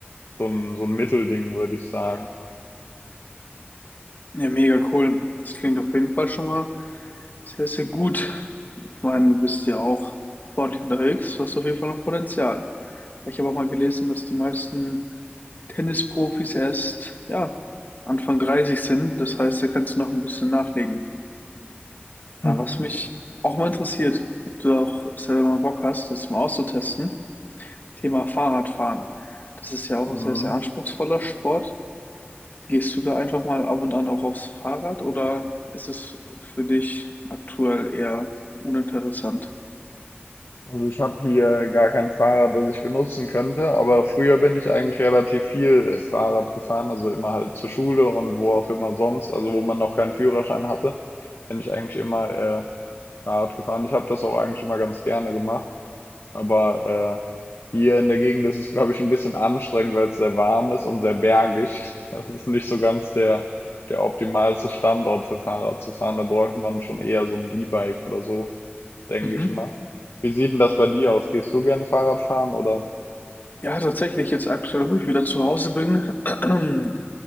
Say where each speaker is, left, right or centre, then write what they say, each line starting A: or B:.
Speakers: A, on the left (about 70°); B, on the left (about 45°).
A: so ein, so ein Mittelding, würde ich sagen.
B: Ja, mega cool. Das klingt auf jeden Fall schon mal sehr, sehr gut. Ich meine, du bist ja auch sportlich unterwegs. Du hast auf jeden Fall noch Potenzial. Ich habe auch mal gelesen, dass die meisten Tennisprofis erst, ja, Anfang 30 sind. Das heißt, da kannst du noch ein bisschen nachlegen. Ja,
A: Hm.
B: was mich auch mal interessiert, ob du auch selber mal Bock hast, das mal auszutesten. Thema Fahrradfahren. Das ist ja auch
A: Mhm.
B: ein sehr, sehr anspruchsvoller Sport. Gehst du da einfach mal ab und an auch aufs Fahrrad oder ist es für dich aktuell eher uninteressant?
A: Also ich habe hier gar kein Fahrrad, das ich benutzen könnte, aber früher bin ich eigentlich relativ viel äh, Fahrrad gefahren, also immer halt zur Schule und wo auch immer sonst, also wo man noch keinen Führerschein hatte, bin ich eigentlich immer äh, Fahrrad gefahren. Ich habe das auch eigentlich immer ganz gerne gemacht. Aber äh, hier in der Gegend ist es, glaube ich, ein bisschen anstrengend, weil es sehr warm ist und sehr bergig. <laughs> Das ist nicht so ganz der, der optimalste Standort für Fahrrad zu fahren. Da bräuchte man schon eher so ein E-Bike oder so, denke
B: Mhm.
A: ich mal. Wie sieht denn das bei dir aus? Gehst du gern Fahrrad fahren oder?
B: Ja, tatsächlich, jetzt aktuell, wo ich wieder zu Hause bin, <clears throat> ähm,